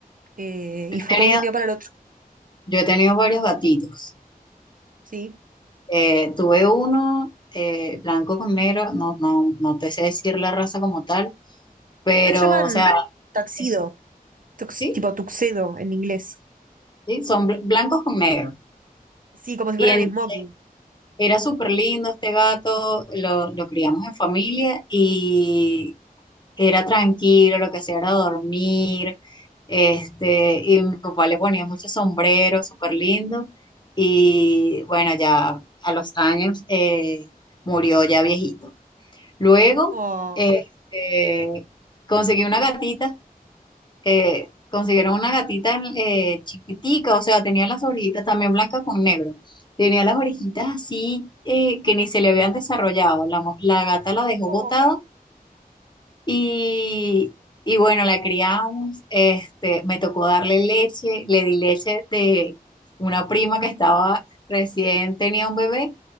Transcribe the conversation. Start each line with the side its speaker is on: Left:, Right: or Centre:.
Right: Eh,
Left: He
Right: y fue
Left: tenido-
Right: como un día para el otro,
Left: yo he tenido varios gatitos.
Right: sí.
Left: Eh, tuve uno eh, blanco con negro, no, no, no te sé decir la raza como tal, pero,
Right: Creo que se llaman
Left: o sea,
Right: taxido,
Left: es-
Right: tux-
Left: sí,
Right: tipo tuxedo en inglés.
Left: sí, son bl- blancos con negro.
Right: Sí, como si
Left: Y
Right: fueran
Left: en-
Right: smoking.
Left: era súper lindo este gato, lo, lo criamos en familia y era tranquilo, lo que hacía era dormir, este, y mi papá le ponía muchos sombreros, súper lindo, y bueno, ya a los años eh, murió ya viejito. Luego,
Right: Oh,
Left: este, conseguí una gatita, eh, consiguieron una gatita eh, chiquitica, o sea, tenía las orejitas también blancas con negro. Tenía las orejitas así eh, que ni se le habían desarrollado. La, mo- la gata la dejó
Right: oh,
Left: botada y, y bueno, la criamos, este, me tocó darle leche, le di leche de una prima que estaba recién tenía un bebé